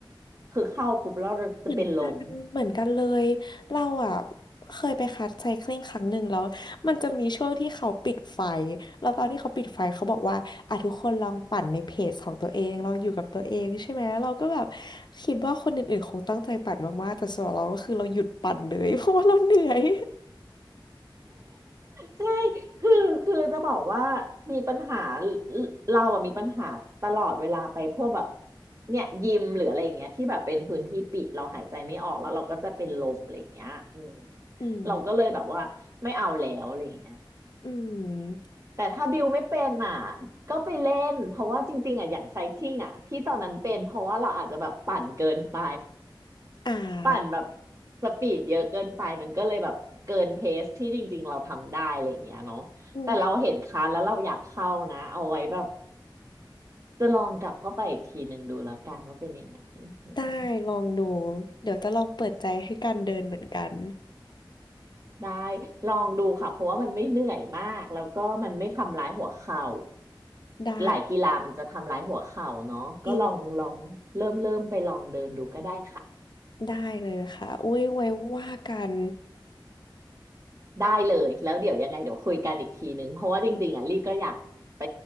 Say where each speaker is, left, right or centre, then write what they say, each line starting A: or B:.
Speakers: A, on the right; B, on the left.
A: คือเข้าปุ๊บแล้วเราจะเป็นลม
B: เหมือนกันเหมือนกันเลย เราอ่ะเคยไปคัดไซคลิงครั้งหนึ่งแล้วมันจะมีช่วงที่เขาปิดไฟแล้วตอนที่เขาปิดไฟเขาบอกว่าอ่ะทุกคนลองปั่นในเพจของตัวเองลองอยู่กับตัวเองใช่ไหมเราก็แบบคิดว่าคนอื่นๆคงตั้งใจปั่นมากๆ แต่ส่วนเราก็คือเราหยุดปั่นเลย <laughs> เพราะว่าเราเหนื่อย
A: ใช่คือคือจะบอกว่ามีปัญหาเราอะมีปัญหาตลอดเวลาไปพวกแบบเนี่ยยิมหรืออะไรอย่างเงี้ยที่แบบเป็นพื้นที่ปิดเราหายใจไม่ออกแล้วเราก็จะเป็นลมอะไรอย่างเงี้ยอืม
B: อืม
A: เราก็เลยแบบว่าไม่เอาแล้วอะไรอย่างเงี้ย
B: อืม
A: แต่ถ้าบิวไม่เป็นอ่ะ ก็ไปเล่นเพราะว่าจริงๆอ่ะอย่างไซคลิงอ่ะที่ตอนนั้นเป็นเพราะว่าเราอาจจะแบบปั่นเกินไป
B: อ่า
A: ปั่นแบบสปีดเยอะเกินไปมันก็เลยแบบเกินเพสที่จริงๆเราทำได้อะไรอย่างเงี้ยเนาะแต่เราเห็นคลาสแล้วเราอยากเข้านะเอาไว้แบบ
B: อืม
A: จะลองกลับเข้าไปอีกทีหนึ่งดูแล้วกันว่าเป็นยังไงอืม
B: ได้ลองดู เดี๋ยวจะลองเปิดใจให้การเดินเหมือนกัน
A: ได้ลองดูค่ะเพราะว่ามันไม่เหนื่อยมากแล้วก็มันไม่ทำร้ายหัวเข่า
B: ได้
A: หลายกีฬามันจะทำร้ายหัวเข่าเนาะก็ลองลองเริ่มเริ่มไปลองเดินดูก็ได้ค่ะ
B: จริง ได้เลยค่ะอุ้ยไว้ว่ากัน
A: ได้เลยแล้วเดี๋ยวยังไงเดี๋ยวคุยกันอีกทีนึงเพราะว่าจริงๆอ่ะลี่ก็อยากไป